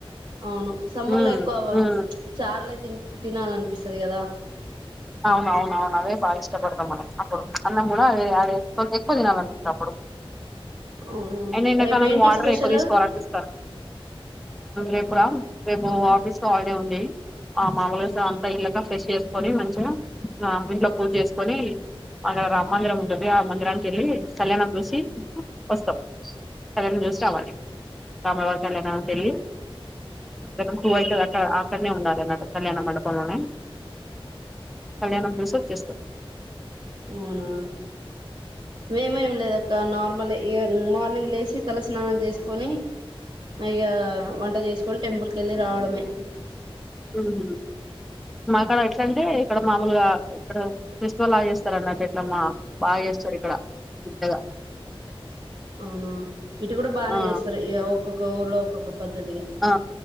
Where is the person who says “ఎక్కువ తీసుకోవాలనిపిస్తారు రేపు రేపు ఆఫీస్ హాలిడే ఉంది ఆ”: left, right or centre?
Centre